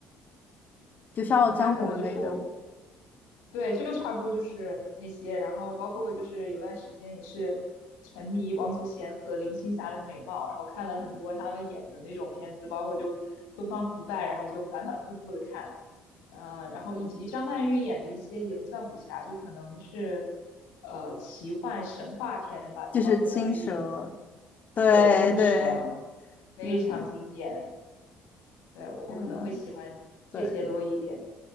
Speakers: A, on the left; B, on the left.
A: 就《笑傲江湖》类的，
B: 啊、那可能就是我对，就差不多就是那些，然后包括就是有段时间也是沉迷王祖贤和林青霞的美貌，然后看了很多他们演的那种片子，包括就《东方不败》，然后就反反复复的看，呃，然后以及张曼玉演的一些也不算武侠，就可能是呃奇幻神话片吧，就包括张曼玉演的青，
A: 就是青蛇。对对，
B: 对，青蛇啊，然后非常经典，
A: 嗯，
B: 对，我我可能会喜欢这些多一点，
A: 天呐，对。